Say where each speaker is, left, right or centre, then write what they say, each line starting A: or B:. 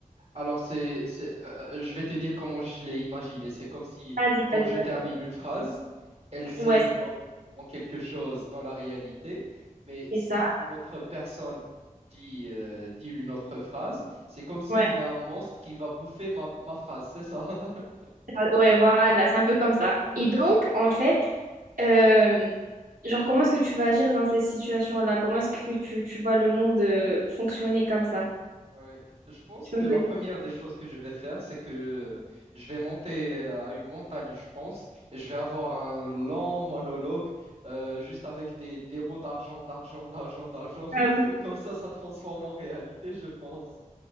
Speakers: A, on the right; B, on the right.
A: Alors, c'est, c'est, euh, euh, je vais te dire comment je l'ai imaginé. C'est comme si,
B: Vas-y,
A: quand
B: vas-y,
A: je
B: vas-y.
A: termine une phrase, elle se
B: Ouais,
A: développe en quelque chose dans la réalité. Mais
B: c'est
A: si
B: ça.
A: une autre personne dit, euh, dit une autre phrase, c'est comme s'il
B: Ouais.
A: y a un monstre qui va bouffer ma, ma phrase. C'est ça? <laughs>
B: Ah, Ouais, voilà, c'est un peu comme ça. Et donc, en fait, euh, genre, comment est-ce que tu vas agir dans ces situations-là? Comment est-ce que tu, tu vois le monde euh, fonctionner comme ça?
A: Ouais. Je pense
B: Tu peux
A: que
B: me
A: la
B: donner...
A: première des choses que je vais faire, c'est que je vais monter à une montagne, je pense, et je vais avoir un long monologue euh, juste avec des, des mots d'argent, d'argent, d'argent, d'argent. <laughs>
B: Ah oui,
A: Comme ça, ça transforme en réalité, je pense.